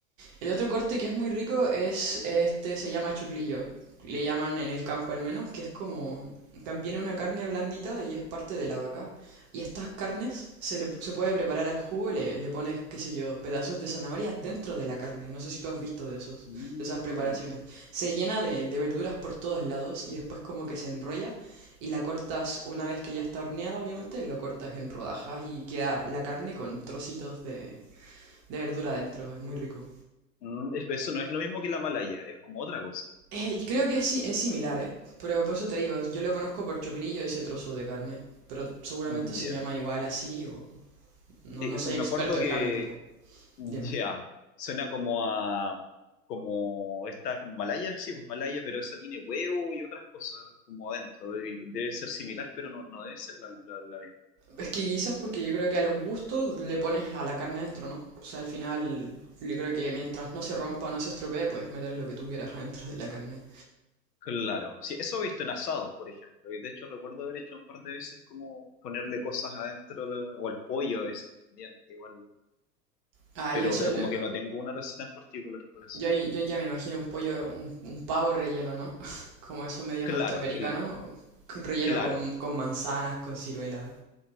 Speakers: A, on the right; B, on the left.
A: El otro corte que es muy rico es este, se llama choclillo, Le llaman en el campo al menos, que es como también una carne blandita y es parte de la vaca. Y estas carnes se, le, se puede preparar al jugo, le, le pones, qué sé yo, pedazos de zanahorias dentro de la carne. No sé si tú has visto de, esos,
B: Mm,
A: de esas preparaciones. Se llena de, de verduras por todos lados y después como que se enrolla y la cortas una vez que ya está horneada, obviamente, lo cortas en rodajas y queda la carne con trocitos de, de verdura dentro. Es muy rico.
B: mm, es- eso no es lo mismo que la malaya, es como otra cosa.
A: Eh, creo que es, si- es similar, ¿eh? Pero por eso te digo, yo lo conozco por choclillo ese trozo de carne. Pero seguramente
B: Ya.
A: se llama igual así o... No,
B: Eh,
A: no soy
B: Me
A: experto
B: acuerdo
A: en
B: que,
A: carne tampoco.
B: ya,
A: Dime.
B: suena como a, como esta malaya, sí, pues malaya, pero esa tiene huevo y otras cosas como adentro. Debe debe ser similar, pero no, no debe ser la, la, la
A: Es que quizás porque yo creo que a los gustos le pones a la carne dentro, ¿no? O sea, al final yo creo que mientras no se rompa o no se estropee, puedes meter lo que tú quieras adentro de la carne.
B: Claro, sí, eso he visto en asados, por ejemplo, y de hecho recuerdo haber hecho un par de veces como ponerle cosas adentro la- o al pollo a veces también, igual,
A: Ah, yo
B: pero,
A: solo...
B: pero como que no tengo una receta en particular por hacerlo.
A: Yo, yo ya me imagino un pollo, un, un pavo relleno, ¿no? <laughs> Como eso medio
B: Claro,
A: norteamericano,
B: el,
A: con- relleno
B: claro,
A: con, con manzanas, con ciruela.